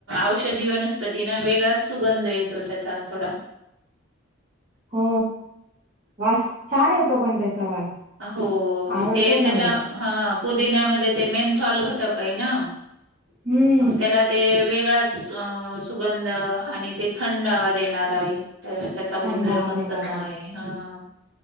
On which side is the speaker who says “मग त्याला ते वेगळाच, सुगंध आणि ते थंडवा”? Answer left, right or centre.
Right